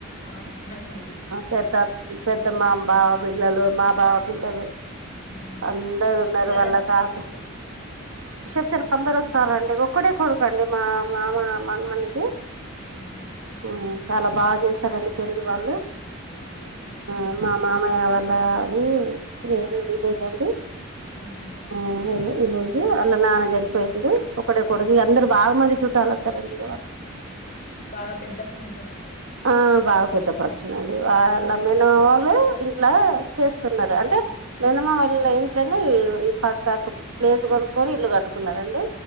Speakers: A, on the left; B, on the right.
A: అవున హాండి
B: పెద్ద పెద్ద మా బావ పిల్లలు మా బావ పిల్లలు
A: ఉమ్.
B: అందరున్నరు
A: అందరు
B: వాళ్ళ
A: వచ్చారండి
B: తాత సెప్షన్ కి అందరు ఒస్తారండి ఒక్కడే కొడుకు అండి మా మామ మనుమనికి
A: ఆహా
B: ఆ చాలా బాగా చేస్తారండి పెండ్లి వాళ్ళు
A: అవునండి
B: ఆ మా మామయ్య వాళ్ళ అది వేరే విలేజ్ అండి
A: ఉహు
B: ఉమ్ వేరే విలేజు అలా నాన్న చనిపోయిండు ఒకడే కొడుకు ఇగ అందరు బాగా మంది చుట్టాల వత్తారండి <unintelligible>
A: అవునా బాగా పెద్ద ఫంక్షనేగా
B: ఆ బాగా పెద్ద పక్షన్ అండి వాళ్ళ మెనమమ వాల్లే ఇంట్లా చేస్తున్నారు అంటే మేనమామల్ల ఇంట్లోనే ఈ పక్కాకు ప్లేస్ కొనుక్కోని ఇల్లు కట్టుకున్నారండి